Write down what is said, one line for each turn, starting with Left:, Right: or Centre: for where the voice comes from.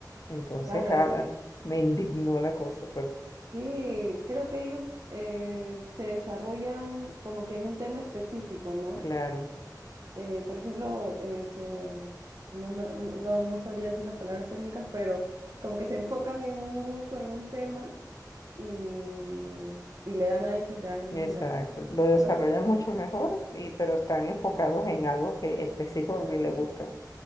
Left: Entonces,
Right: Claro,
Left: ah,
Right: es que
Left: me indignó la cosa, pero
Right: sí, creo que ellos eh, se desarrollan como que en un tema específico, ¿no?
Left: claro,
Right: Eh, por ejemplo, eh, se, no, me- no, no sabría decir las palabras técnicas, pero como que se enfocan en un gusto, en un tema, y, y le dan a eso, y le dan a
Left: exacto.
Right: eso, y le dan,
Left: Lo desarrollan
Right: ¿no?
Left: mucho mejor, y, pero están enfocados en algo que específico que le gusta.